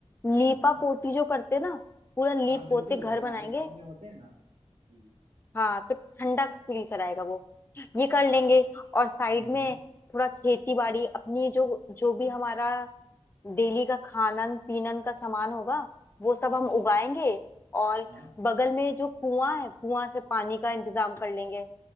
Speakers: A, on the left; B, on the right.
A: लीपा
B: हाँ हाँ
A: पोती जो करते हैं ना पूरा लीप
B: हाँ बिल्कुल
A: पोत के घर
B: हमारे
A: बनाएंगे
B: गांव में होते हैं ना जी
A: हाँ तो ठंडा फील कराएगा वो ये कर
B: हाँ
A: लेंगे
B: हम्म
A: और साइड
B: हम्म
A: में थोड़ा खेती बाड़ी अपनी जो जो भी हमारा डेली का खानन पीनन का सामान होगा वो सब हम
B: अच्छा
A: उगाएंगे और
B: हाँ
A: बगल में जो कुआं है कुआं से पानी का इंतजाम कर लेंगे